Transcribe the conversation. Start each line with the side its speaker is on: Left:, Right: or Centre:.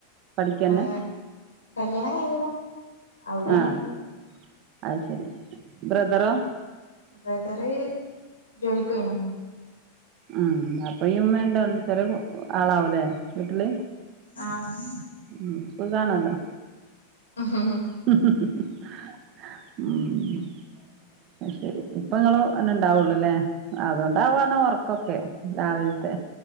Right: പഠിക്കന്നെ?
Left: ഏഹ് കല്യാണം കഴിഞ്ഞ്ണ്. അവിടേണ്
Right: ആഹ് അത് ശരി ബ്രദറോ.
Left: ബ്രദറ് ജോലിക്കൊയിണ്.
Right: ഉം അപ്പൊ ഉമ്മണ്ടണ്ട് ചെറിയ ആളാവൂല്ലേ വീട്ടില്?
Left: ആഹ്
Right: ഉം സുഖാണല്ലോ
Left: മഹ്ഹ്ഹ്.
Right: മഹ്ഹ്ഹ് ഉം അ ശരി ഇപ്പങ്ങളോ അന്ന ഇണ്ടാവുള്ളൂല്ലേ? അതുകൊണ്ടാവണം ഒർക്കൊക്കെ രാവിലത്തെ